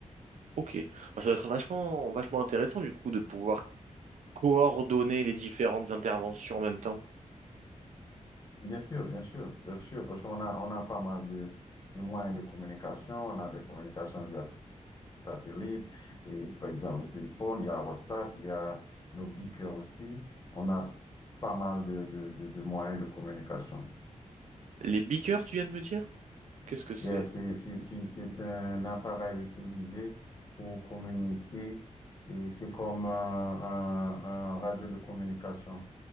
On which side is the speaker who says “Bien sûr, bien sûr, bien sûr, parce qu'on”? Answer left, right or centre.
Left